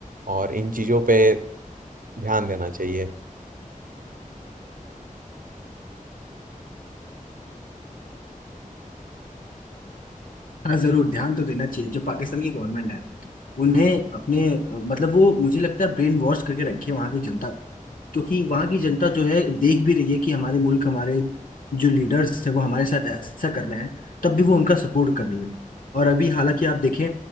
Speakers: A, on the right; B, on the left.
A: और इन चीज़ों पे ध्यान देना चाहिए
B: हाँ जरूर ध्यान तो देना चाहिए जो पाकिस्तान की गवर्नमेंट है उन्हें अपने मतलब वो मुझे लगता है ब्रेन वॉश करके रखी है वहाँ की जनता क्योंकि वहां की जनता जो है देख भी रही है कि हमारे मुल्क हमारे जो लीडर्स है वो हमारे साथ ऐसा कर रहे हैं तब भी वो उनका सपोर्ट कर रही है और अभी हालांकि आप देखें